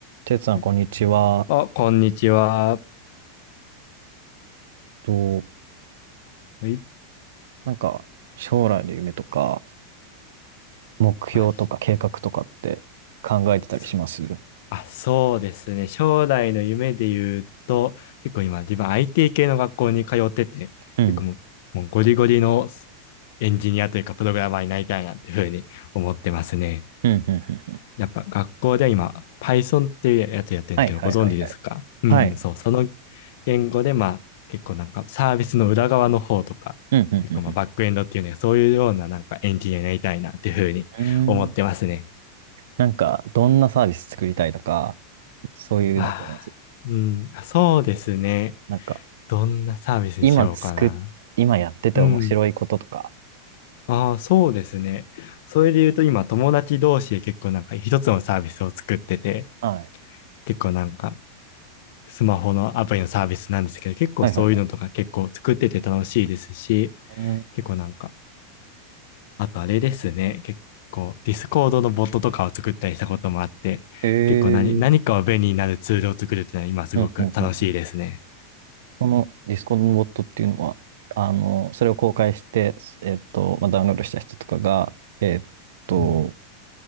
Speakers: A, on the right; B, on the left.
A: てつさん、
B: はい
A: こんにちは。
B: あ、こんにちは。
A: と、
B: はい
A: なんか、将来の夢とか、目標とか計画とかって考えてたりしますうん。
B: あ、そあそうですね。将来の夢で言うと、結構今自分 IT 系の学校に通ってて、
A: うん、
B: 結構もう、もうゴリゴリのエンジニアというかプログラマーになりたいなっていうふうに思ってますね。
A: うん、うん、うん。
B: やっぱ学校で今、Python っていうやつやってるんですけど、
A: はいはいはいはい。
B: ご存知ですかうん、
A: はい。
B: そう、その言語で、まあ、結構なんかサービスの裏側の方とか、
A: うん、うん、
B: 結構まあバックエンドっていうね、
A: うん、
B: そういうようななんかエンジニアになりたいなっていうふうに思ってますね。
A: うん。うーん。なんか、どんなサービス作りたいとか、そういうのってあります
B: ああ、うん、あそうですね。
A: なんか、
B: どんなサービスにしようかな。
A: 今作っ、今やってて面白いこととか。
B: うん。ああ、そうですね。それで言うと今友達同士で結構なんか一つのサービスを作ってて、
A: はい。
B: 結構なんかスマホのアプリのサービスなんですけど、結構そういうのとか結構作ってて楽しいですし、
A: はいはいはい。うん。
B: 結構なんか、あとあれですね、結構ディスコードのボットとかを作ったりしたこともあって、
A: へえ。
B: 結構何、何かを便利になるツールを作るっていうのは今すごく楽しいですね。
A: うん、うん、うん。そのディスコードのボットっていうのは、あの、それを公開して、えっと、まあ、ダウンロードした人とかが、えっと、
B: うん、